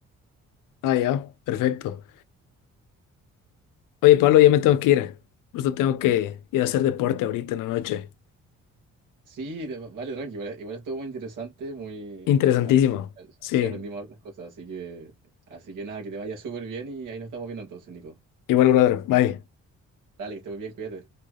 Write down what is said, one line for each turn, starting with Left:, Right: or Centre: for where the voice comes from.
Left: Ah, ya, perfecto. Oye, Pablo, ya me tengo que ir. Justo tengo que ir a hacer deporte ahorita en la noche.
Right: Sí, de- vale, tranqui, igual, igual estuvo muy interesante, muy...
Left: Interesantísimo.
Right: aprendí-
Left: Sí.
Right: sí, aprendimos hartas cosas, así que, así que nada, que te vaya súper bien y ahí nos estamos viendo entonces, Nico.
Left: Igual, brother. Bye.
Right: Dale, que estés muy bien, cuídate.